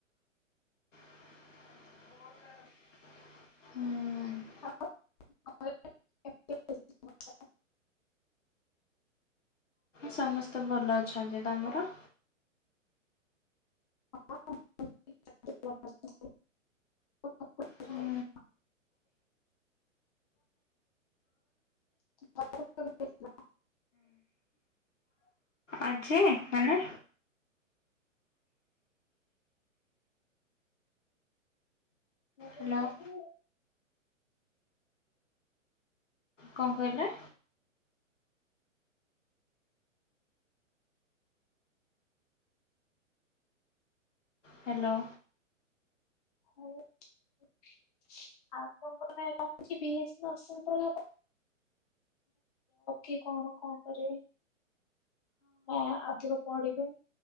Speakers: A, on the left (about 65°); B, on the left (about 30°).
A: ହୁଁ।
B: <unintelligible>
A: ସମସ୍ତେ ଭଲ ଅଛନ୍ତି ତମର?
B: ହଁ। <unintelligible>
A: ହୁଁ
B: <unintelligible> <unintelligible>
A: ଆଜି ମାନେ
B: ମୁଁ କହିଲି
A: ହ୍ୟାଲୋ?
B: କି
A: କଣ କହିଲେ? ହ୍ୟାଲୋ?
B: <unintelligible> ଆଉପଣଙ୍କ ମାନେ ରଖୁଛି ବି ଅସନ୍ତ ହେ କି କଣ କଣ କରିବି ନା ଅଧିକ ପଢିବେ?